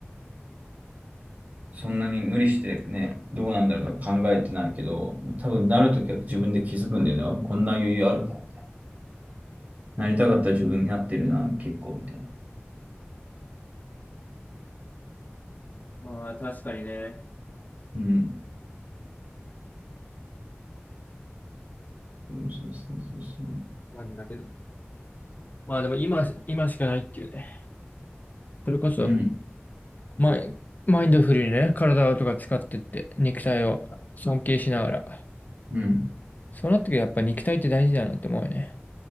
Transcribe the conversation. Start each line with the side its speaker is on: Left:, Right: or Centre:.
Right: そんなに無理してどうなんだろうと考えてないけど多分なるときは自分で気づくんだよねこんな余裕あるんだよねなりたかったら自分になってるな結構みたいな
Left: まあ、確かにね。
Right: うんそうそうそうそう
Left: マジだけど。まあでも今、今しかないっていうね。それこそ、
Right: うん
Left: マイ、マインドフルにね、体とか使ってって、肉体を尊敬しながら。
Right: うん
Left: そうなってくるとやっぱ肉体って大事だよなって思うよね。